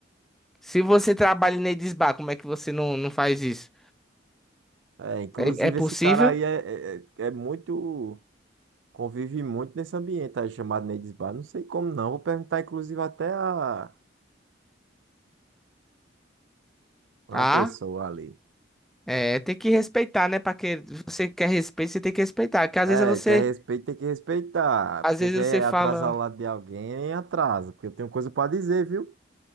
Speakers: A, in the centre; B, on the right (about 75°).
A: Se você trabalha em Edisbar, como é que você não, não faz isso?
B: É, inclusive,
A: É, é possível?
B: esse cara aí é, é, é é muito. Convive muito nesse ambiente aí chamado Neides Bar. Não sei como não. Vou perguntar, inclusive, até a uma
A: Ah.
B: pessoa ali.
A: É, tem que respeitar, né? Pra que você quer respeito, você tem que respeitar. Porque às
B: É,
A: vezes você,
B: quer respeito, tem que respeitar.
A: às
B: Porque
A: vezes
B: quer
A: você fala,
B: atrasar o lado de alguém, atrasa. Porque eu tenho coisa pra dizer, viu?